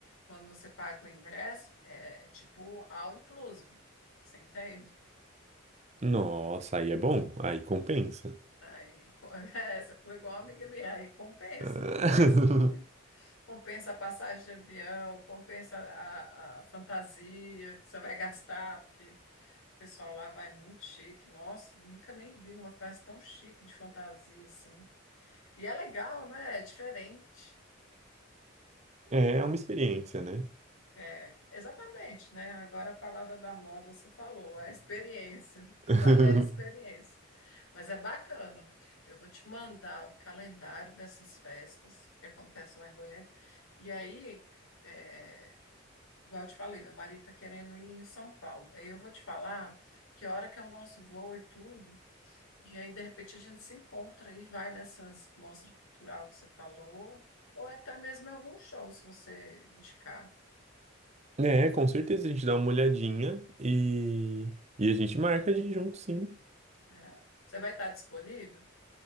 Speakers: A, on the left; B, on the right.
A: quando você paga o ingresso, é, é tipo all inclusive. Você entende?
B: Nossa, aí é bom, aí compensa.
A: Aí, co- <laughs> é, você falou igual uma amiga minha, aí compensa,
B: <laughs>
A: compensa muito. Compensa a passagem de avião, compensa a, a fantasia que você vai gastar, porque. O pessoal lá vai muito chique. Nossa, nunca nem vi uma festa tão chique de fantasia assim. E é legal, né? É diferente.
B: É uma experiência, né?
A: É, exatamente, né? Agora a palavra da moda você falou, a experiência, o que
B: <laughs>
A: vale é a experiência. Mas é bacana. Eu vou te mandar o calendário dessas festas que acontecem lá em Goiânia. E aí, é, igual eu te falei, meu marido está querendo ir em São Paulo. Aí eu vou te falar que hora que é o nosso voo e tudo. E aí, de repente, a gente se encontra e vai nessas mostras cultural que você falou, ou é até mesmo em algum show, se você indicar,
B: É, com certeza a gente dá uma olhadinha e, e a gente marca de ir junto, sim.
A: né? Você vai estar disponível?